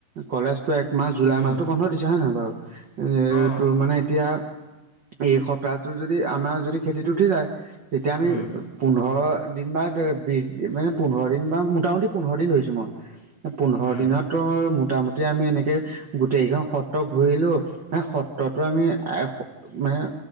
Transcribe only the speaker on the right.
কলেজতটো একমাহ জুলাই
মাহতো বন্ধ দিছে হয়ে নহয় বাৰু এ
তোৰ মানে এতিয়া- এইসপ্তাহটো যদি আমাৰ যদি খেতিত উঠি যায়, তেতিয়া আমি-
পোন্ধৰ দিন বা বিশ মানে পোন্ধৰ দিন বা মোটামুটি পোন্ধৰ দিন ধৰিছোঁ মই। পোন্ধৰ
দিনততো মোটামুটি আমি এনেকে গোটেইকেইখন সত্ৰ ঘূৰিলো। মানে সত্ৰতো আমি মানে,